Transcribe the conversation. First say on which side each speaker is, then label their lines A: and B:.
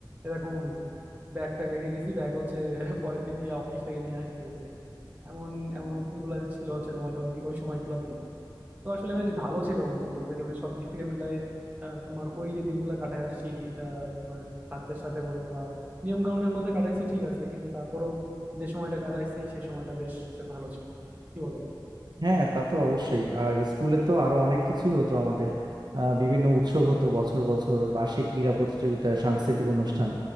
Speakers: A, on the right (about 20°); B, on the right (about 60°).
A: এরকম হয়েছে ব্যাগ ট্যাগ রেখে গেছি ব্যাগ হচ্ছে পরের দিন গিয়ে অফিস থেকে নিয়ে আসতে হয়েছে এমন এমন গুলা ছিল হচ্ছে তোমার ওই ওই সময়গুলোর দিন তো আসলে বেশ ভালো ছিল বন্ধু বলতে গেলে সব দিক থেকে মিলাই আহ, তোমার ওই যে দিনগুলো কাটায় আসছি আহ, তোমার সাধ্যের সাথে বলো বা নিয়ম কানুনের মধ্যে কাটাইছি ঠিক আছে কিন্তু তারপরেও যে সময়টা কাটাইছি সেই সময়টা বেশ ভালো ছিল কি বলো
B: হ্যাঁ তা তো অবশ্যই আর স্কুলে তো আরো অনেক কিছুই হতো আমাদের আহ, বিভিন্ন উৎসব হতো বছর বছর বার্ষিক ক্রীড়া প্রতিযোগিতা সাংস্কৃতিক অনুষ্ঠান